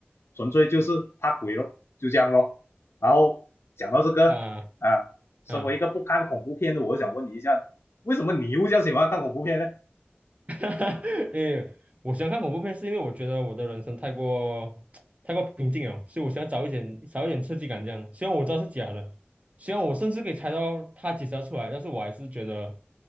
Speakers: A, on the left; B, on the right.
A: 纯粹就是怕鬼咯，就这样咯。然后讲到这个啊，
B: 啊
A: 身为一个不看恐怖片的，
B: 啊
A: 我想问你一下，为什么你又这样喜欢看恐怖片呢？
B: <laughs> 哈哈，为我喜欢看恐怖片，是因为我觉得我的人生太过 <tsk> 太过平静了，所以我想要找一点找一点刺激感，这样。虽然我知道是假的，虽然我甚至可以猜到它解时要出来，但是我还是觉得，